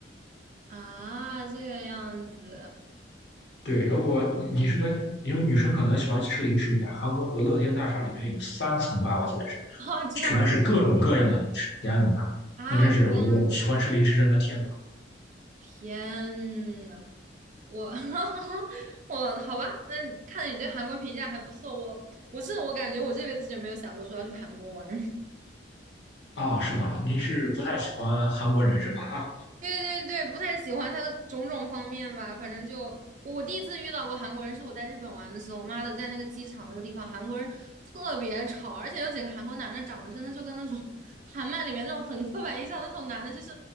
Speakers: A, on the right (about 45°); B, on the left (about 70°).
A: 啊，这个样子
B: 对，如果你你是个，因为女生可能喜欢吃零食一点，韩国那个乐天大厦里面有三层吧，我记得是，
A: 啊，这样
B: 全是各种各样的零食。天哪，
A: 啊，
B: 那真是我就喜欢吃零食人的天
A: 天呐天呐，我 <laughs> 我好吧，那你看来你对韩国评价还不错。我我是我感觉我这辈子就没有想过说要去韩国玩。<laughs>
B: 堂啊，是吗？您是不太喜欢韩国人是吧？<laughs>
A: 对对对，不太喜欢他的种种方面吧。反正就我我第一次遇到过韩国人，是我在日本玩的时候，妈的，在那个机场那个地方，韩国人特别吵，而且有几个韩国男的长得真的就跟那种 <laughs> 韩漫里面那种很刻板印象那种男的，就是